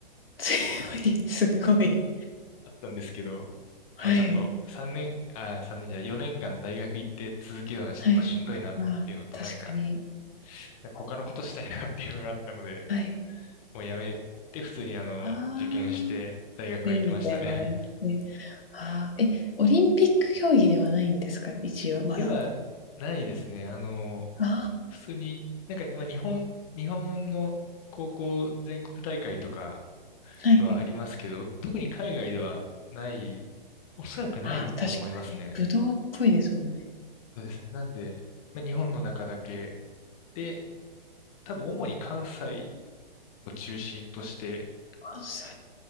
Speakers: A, on the left; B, on the left.
A: 強い、すごい。
B: あったんですけど、
A: はい。
B: まあ、ちょっと3年、あ、3年じゃない4年間大学行って続けるのはちょっとしんどいなっていうのと、
A: はい。まあ、確かに。
B: なんか、なんか他のことしたいなっていうのがあったので、
A: はい。
B: もうやめて普通にあの、
A: ああ、
B: 受験して大学は行きましたね。
A: ね、みたいな。ね。ああ、え、オリンピック競技ではないんですか一応、まだ。
B: ではないですね。あの、
A: あ
B: 普通に、なんか、まあ、日本、日本の高校全国大会とか
A: あ、はいはい。
B: はありますけど、特に海外ではない、おそらくないと思いますね。
A: ああ、確かに。ぶどうっぽいですもんね。
B: そうですね。なんで、まあ、日本の中だけで、多分主に関西を中心として
A: 関西。